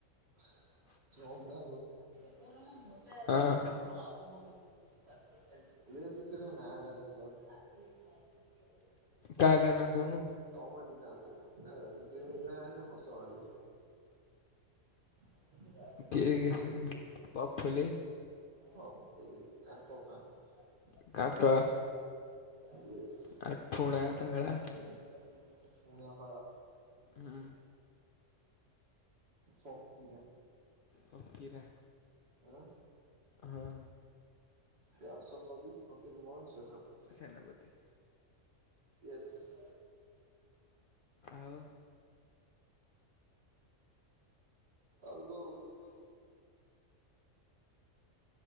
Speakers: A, on the right (about 55°); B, on the left (about 60°).
A: <unintelligible> ଦୁଃଖ ତ
B: ହଁ
A: ନା ଆ ଜାଣିଛୁ କଣ?
B: କା କା ନା କହୁନୁ।
A: ତମରି ନା ସବୁ ଆସିବମି ଆ ହସ ମାଡିବ। <unintelligible>
B: କିଏ କିଏ ପପୁଳି ଭାଇ।
A: <unintelligible>
B: କାଙ୍କ
A: <unintelligible>
B: ଆ ଠୁଣା ପାଗଳା ହୁଁ।
A: ଫକିରା।
B: ପକିରେ
A: ଆଁ।
B: ହଁ।
A: ବ୍ୟାସ କବି ଫକୀର ମୋହନ ସେନାପତି
B: ସେନାପତି।
A: ୟେସ
B: ଆଉ।
A: ଆଉ କୋଉ
B: ହୋଉ।